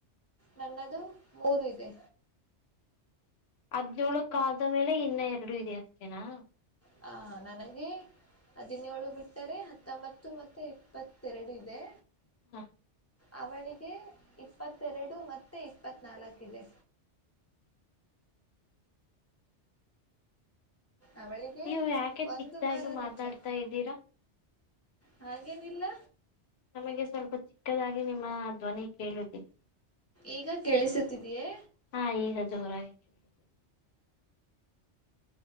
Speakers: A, on the left (about 25°); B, on the left (about 65°).
A: ನನ್ನದು ಮೂರು ಇದೆ
B: ಹದ್ನೋಳಕ್ ಆದ ಮೇಲೆ ಇನ್ನ ಎರಡು ಇದೆ ಅಷ್ಟೇನಾ
A: ಹ ನನಗೆ ಹದಿನೇಳು ಬಿಟ್ಟರೆ ಹತ್ತೊಂಬತ್ತು ಮತ್ತು ಇಪ್ಪತ್ತೆರಡು ಇದೆ
B: ಹಾ
A: ಅವಳಿಗೆ ಇಪ್ಪತ್ತೆರಡು ಮತ್ತೆ ಇಪ್ಪತ್ ನಾಲ್ಕ ಇದೆ ಅವಳಿಗೆ
B: ನೀವು ಯಾಕೆ
A: ಒಂದು
B: ಚಿಕ್ದಾಗಿ
A: ವಾರ
B: ಮಾತಾಡ್ತಾ
A: ರಜೆ
B: ಇದ್ದೀರಾ
A: ಹಾಗೇನಿಲ್ಲ
B: ನಮಗೆ ಸ್ವಲ್ಪ ಚಿಕ್ಕದಾಗಿ ನಿಮ್ಮ ಧ್ವನಿ ಕೇಳುತ್ತೀದೆ
A: ಈಗ ಕೇಳಿಸುತ್ತಿದಿಯೇ
B: ಹಾ ಈಗ ಜೋರಾಗಿ ಕೇಳುತ್ತಿದೆ